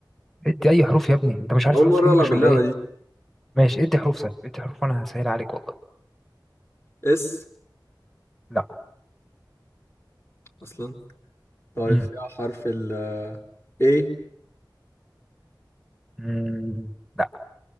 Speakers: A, in the centre; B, on the left (about 30°).
A: ادي اي حروف يا ابني انت مش
B: انا
A: عارف
B: اول
A: حروف
B: مره
A: الانجليش
B: العب اللعبه
A: ولا ايه
B: دي
A: ماشي ادي حروف طيب ادي حروف وانا هسهل عليك والله
B: اس
A: لا
B: اصلا طيب
A: امم
B: فيها حرف ال آه، A
A: امم لا